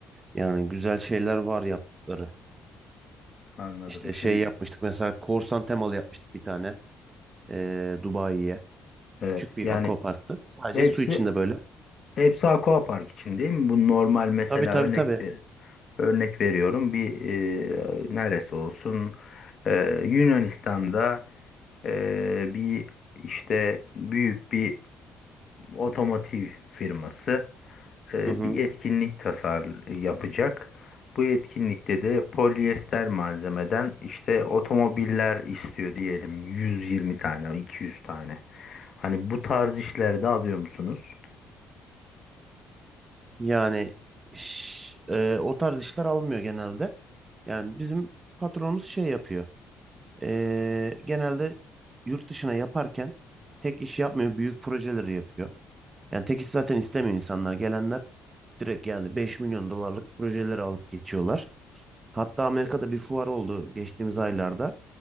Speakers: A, on the right (about 30°); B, on the left (about 50°).
A: Yani güzel şeyler var yaptıkları.
B: anladım
A: İşte
B: şey,
A: şey yapmıştık. Mesela korsan temalı yapmıştık bir tane. Ee, Dubai'ye.
B: evet,
A: Küçük bir
B: yani
A: aquaparktı. Sadece
B: hepsi
A: su içinde böyle.
B: hepsi aquapark için değil mi? Bu normal mesela
A: Tabii tabii
B: örnek
A: tabii.
B: ver, örnek veriyorum bir e, neresi olsun E, Yunanistan'da e, bir işte büyük bir otomotiv firması e,
A: Hı hı.
B: bir etkinlik tasar yapacak. Bu etkinlikte de polyester malzemeden işte otomobiller istiyor diyelim 120 tane, 200 tane. Hani bu tarz işlerde alıyor musunuz?
A: Yani iş- e, o tarz işler almıyor genelde. Yani bizim patronumuz şey yapıyor. Ee, genelde yurt dışına yaparken tek iş yapmıyor. Büyük projeleri yapıyor. Yani tek iş zaten istemiyor insanlar. Gelenler direkt yani 5 milyon dolarlık projeleri alıp geçiyorlar. Hatta Amerika'da bir fuar oldu geçtiğimiz aylarda.